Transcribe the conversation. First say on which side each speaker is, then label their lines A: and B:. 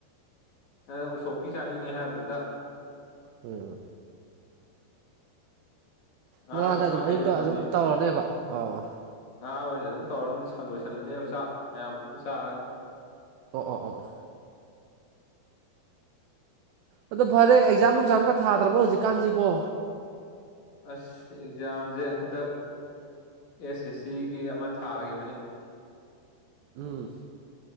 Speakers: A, on the left; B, on the right.
A: ꯅꯪꯅ ꯎꯁꯣꯛꯀꯤ ꯆꯥꯅꯤꯡꯉꯦ ꯍꯥꯏꯕꯗꯨꯗ
B: ꯎꯝ
A: ꯉꯥꯒ
B: ꯉꯥꯗ ꯑꯗꯨꯝ
A: ꯐꯥ ꯍꯩꯊꯗꯣꯔꯤꯕ
B: ꯑꯌꯨꯛꯇ ꯑꯗꯨꯝ ꯇꯧꯔꯅꯦꯕ ꯑꯣ
A: ꯉꯥ ꯑꯣꯏꯅ ꯑꯗꯨꯝ ꯇꯧꯔꯅꯤ ꯂꯣꯏꯁꯤꯜꯂꯅꯦꯕ ꯆꯥꯛ ꯃꯌꯥꯝ ꯄꯨꯟꯅ ꯆꯥꯔꯒ
B: ꯑꯣ ꯑꯣ ꯑꯣ ꯑꯣ ꯐꯔꯦ ꯑꯦꯛꯖꯥꯝ ꯅꯨꯡꯁꯥꯝꯒ ꯊꯥꯗ꯭ꯔꯕꯣ ꯍꯧꯖꯤꯛꯀꯥꯟꯁꯤꯕꯣ
A: ꯑꯁ ꯑꯦꯛꯖꯥꯝꯁꯦ ꯍꯟꯗꯛ ꯑꯦ ꯑꯦ ꯁꯤꯒꯤ ꯑꯃ ꯊꯥꯈꯤꯕꯅꯤ
B: ꯎꯝ